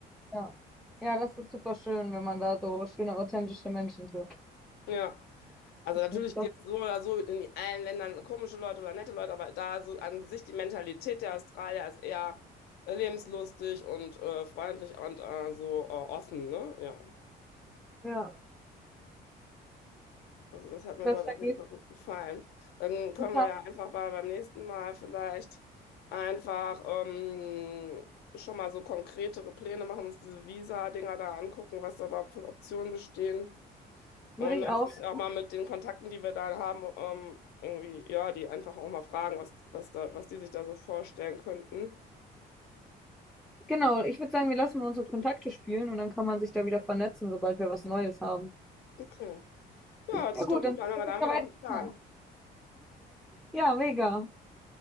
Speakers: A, in the centre; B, on the left (about 70°).
A: Ja. Ja, das ist super schön, wenn man da so schöne, authentische Menschen trifft.
B: Ja. Also natürlich
A: Besser,
B: gibt es so oder so in allen Ländern komische Leute oder nette Leute, aber da so an sich die Mentalität der Australier ist eher lebenslustig und äh, freundlich und äh, so äh, offen, ne? Ja.
A: ja,
B: Also das hat mir
A: besser
B: dort auf
A: geht's.
B: jeden Fall gut gefallen. Dann können
A: Guten
B: wir ja einfach mal beim nächsten Mal vielleicht einfach ähm, schon mal so konkretere Pläne machen, uns diese Visa-Dinger da angucken, was da überhaupt für Optionen bestehen.
A: Würde
B: Und
A: ich
B: dann
A: aus.
B: vielleicht auch mal mit den Kontakten, die wir da haben, ähm, irgendwie, ja, die einfach auch mal fragen, was, was da, was die sich da so vorstellen könnten.
A: Genau, ich würde sagen, wir lassen mal unsere Kontakte spielen und dann kann man sich da wieder vernetzen, sobald wir was Neues haben.
B: Okay. Ja, hört
A: Ja
B: sich
A: gut,
B: doch gut
A: dann ist
B: an, aber da
A: es
B: haben
A: ja
B: wir
A: weiterkommen.
B: doch einen Plan.
A: Ja, mega.